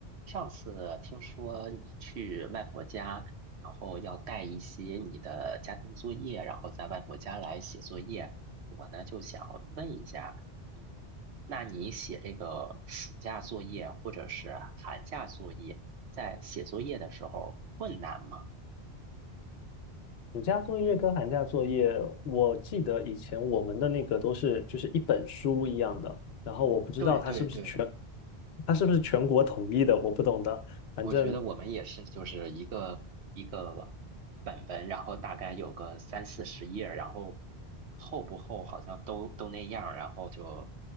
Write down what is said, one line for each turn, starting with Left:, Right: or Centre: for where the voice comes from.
Right: 上次听说你去外婆家，然后要带一些你的家庭作业，然后在外婆家来写作业。我呢就想问一下，嗯那你写这个暑假作业或者是寒假作业，在写作业的时候困难吗？
Left: 暑假作业跟寒假作业，我记得以前我们的那个都是就是一本书一样的，然后我不知道它是不是全
Right: 对对对，
Left: 它是不是全国统一的，我不懂得，反正
Right: 我觉得我们也是，就是一个一个本本，然后大概有个三四十页儿然后厚不厚好像都都那样儿然后就